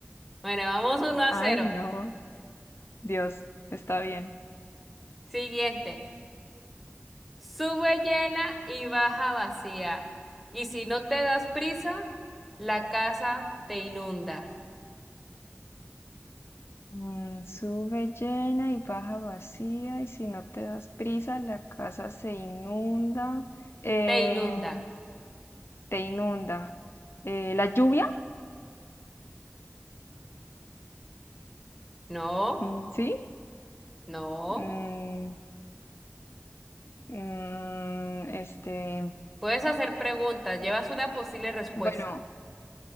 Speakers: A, in the centre; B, on the left (about 65°).
A: Bueno, vamos uno a
B: Ay,
A: cero.
B: no. Dios, está bien.
A: Siguiente. Sube llena y baja vacía. Y si no te das prisa, la casa te inunda.
B: Mm, sube llena y baja vacía, y si no te das prisa, la casa se inunda, eh,
A: Te inunda.
B: te inunda. Eh, la lluvia,
A: No,
B: mm, ¿sí?
A: no.
B: Mm, mm, este,
A: Puedes hacer preguntas. Llevas una posible respuesta.
B: bueno,